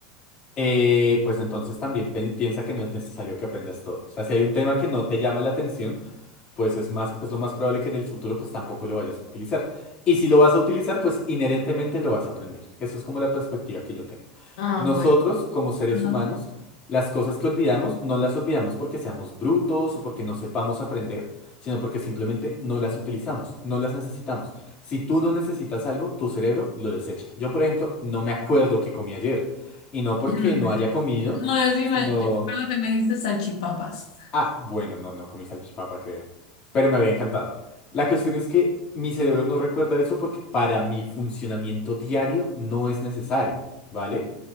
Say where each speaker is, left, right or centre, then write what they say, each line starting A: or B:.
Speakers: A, on the left; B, on the left.
A: Eh, pues entonces también pen- piensa que no es necesario que aprendas todo. O sea, si hay un tema que no te llama la atención, pues es más, es lo más probable que en el futuro pues tampoco lo vayas a utilizar. Y si lo vas a utilizar, pues inherentemente lo vas a aprender. Eso es como la perspectiva que yo tengo.
B: Ah,
A: Nosotros,
B: bueno.
A: como seres
B: Ajá.
A: humanos, las cosas que olvidamos, no las olvidamos porque seamos brutos o porque no sepamos aprender, sino porque simplemente no las utilizamos, no las necesitamos. Si tú no necesitas algo, tu cerebro lo desecha. Yo, por ejemplo, no me acuerdo qué comí ayer. Y no
B: <laughs>
A: porque
B: No,
A: no
B: me acuerdo.
A: haya comido,
B: No, yo sí
A: sino...
B: me, yo recuerdo que me dijiste salchipapas.
A: Ah, bueno, no, no comí salchipapa, creo. Pero me habría encantado. La cuestión es que mi cerebro no recuerda eso porque para mi funcionamiento diario no es necesario, ¿vale?